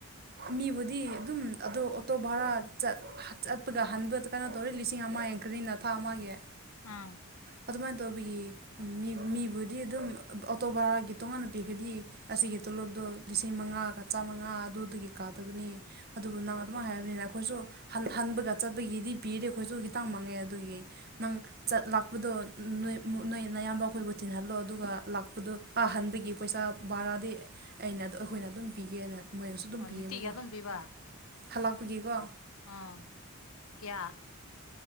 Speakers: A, on the right; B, on the left.
A: ꯃꯤꯕꯨꯗꯤ ꯑꯗꯨꯝ ꯑꯗꯣ ꯑꯣꯇꯣ ꯚꯔꯥ ꯆꯠ ꯆꯄꯒ ꯍꯟꯕꯗ ꯀꯩꯅꯣ ꯇꯧꯔꯤ ꯂꯤꯁꯤꯡ ꯑꯃ ꯌꯥꯡꯈꯩꯅ ꯊꯥ ꯑꯃꯒꯤ꯫
B: ꯑꯥ
A: ꯑꯗꯨꯃꯥꯏꯅ ꯇꯧꯕꯤꯒꯤ ꯃꯤ ꯃꯤꯕꯨꯗꯤ ꯑꯗꯨꯝ ꯑꯣꯇꯣ ꯚꯔꯥꯒꯤ ꯇꯣꯉꯥꯟꯅ ꯄꯤꯈꯗꯤ ꯑꯁꯤꯒꯤ ꯇꯣꯂꯣꯞꯇꯣ ꯂꯤꯁꯤꯡ ꯃꯉꯥꯒ ꯆꯥꯝꯃꯉꯥ ꯑꯗꯨꯗꯒꯤ ꯀꯥꯗꯕꯅꯤ ꯑꯗꯨꯕꯨ ꯅꯪ ꯑꯗꯨꯝ ꯍꯥꯏꯔꯕꯅꯤꯅ ꯑꯩꯈꯣꯏꯁꯨ ꯍꯟꯕꯒ ꯆꯠꯄꯒꯤꯗꯤ ꯄꯤꯔ ꯑꯩꯈꯣꯏꯁꯨ ꯈꯤꯇꯥꯡ ꯃꯥꯡꯉꯦ ꯑꯗꯨꯒꯤ ꯅꯪ ꯆꯠ ꯂꯥꯛꯄꯗꯣ ꯅꯣꯏ ꯅꯌꯥꯝꯕ ꯑꯩꯈꯣꯏꯕꯨ ꯇꯤꯟꯍꯜꯂꯣ ꯑꯗꯨꯒ ꯂꯥꯛꯄꯗ ꯑꯍꯟꯕꯒꯤ ꯄꯩꯁꯥ ꯕꯥꯔꯥꯗꯤ ꯑꯩꯅ ꯑꯩꯈꯣꯏꯅ ꯑꯗꯨꯝ ꯄꯤꯒꯦꯅ ꯃꯣꯏꯅꯁꯨ ꯑꯗꯨꯝ
B: ꯑꯣ
A: ꯄꯤꯌꯦꯕꯀꯣ
B: ꯅꯨꯡꯇꯤꯒꯤ ꯑꯗꯨꯝ ꯄꯤꯕ
A: ꯍꯜꯂꯥꯛꯄꯒꯤꯀꯣ꯫
B: ꯑꯥ ꯀꯌꯥ